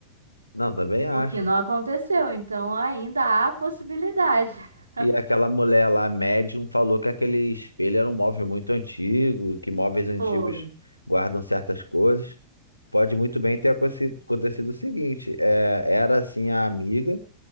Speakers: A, on the left; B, on the right.
A: Não, também acho.
B: O que não aconteceu, então ainda há possibilidade. <laughs>
A: E aquela mulher lá, médium, falou que aquele espelho era um móvel muito antigo, que móveis antigos
B: Foi,
A: guardam certas coisas. Pode muito bem ter aconte- acontecido o seguinte: é, era assim a amiga